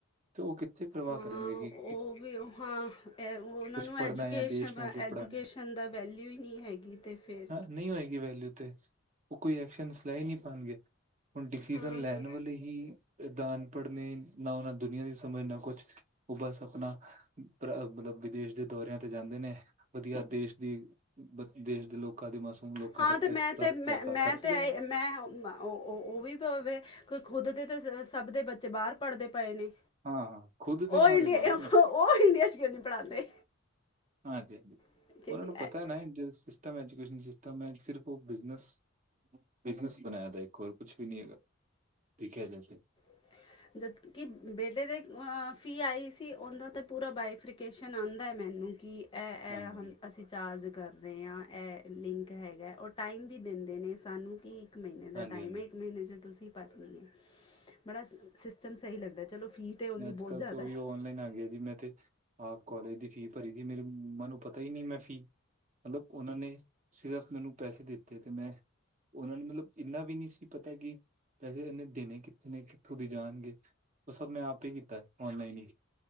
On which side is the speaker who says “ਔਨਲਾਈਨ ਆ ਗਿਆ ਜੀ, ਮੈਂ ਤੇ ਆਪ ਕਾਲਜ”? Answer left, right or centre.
Right